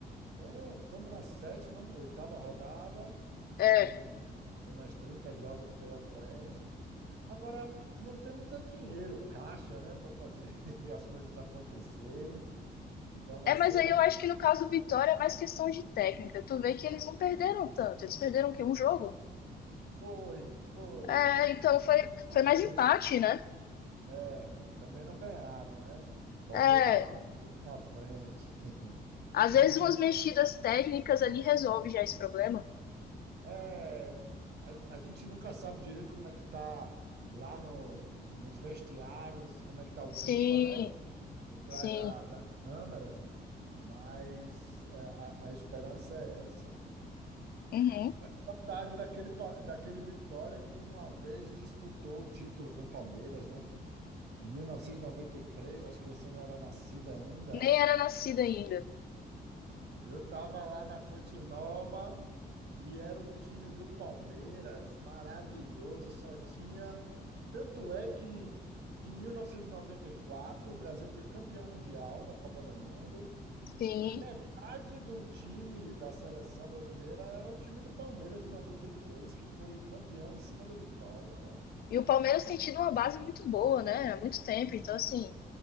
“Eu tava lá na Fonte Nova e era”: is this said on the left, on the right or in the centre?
Right